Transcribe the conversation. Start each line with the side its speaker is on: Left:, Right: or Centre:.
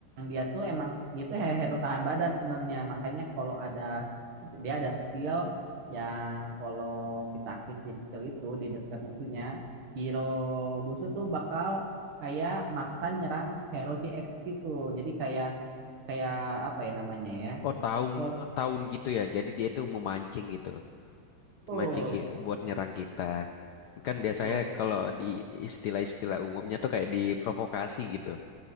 Right: dia tuh emang dia tuh he- hero tahan badan sebenarnya. Makanya kalau ada s- dia ada skill yang kalau kita aktifin skill itu di dekat musuhnya, hero musuh tuh bakal kayak maksa nyerang hero si X gitu. Jadi kayak kayak apa ya namanya ya?
Left: Oh tahun
Right: Kalau
Left: tahun gitu ya. Jadi dia tuh memancing gitu.
Right: tuh,
Left: mancing ki- buat nyerang kita. Kan biasanya
Right: tuh,
Left: kalau di istilah-istilah umumnya tuh kayak diprovokasi gitu.